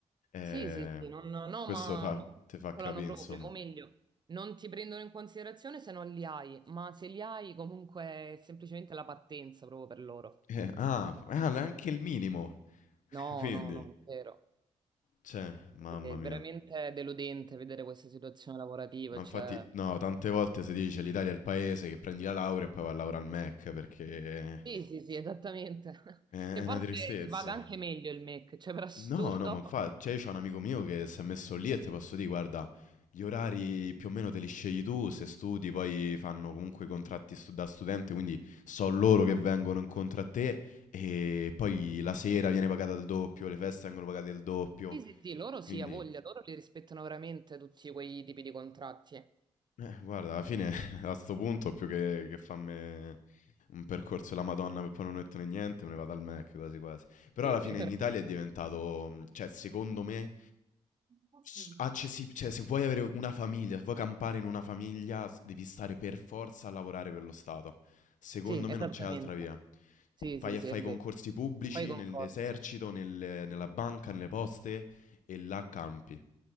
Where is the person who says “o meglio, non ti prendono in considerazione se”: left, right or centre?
Right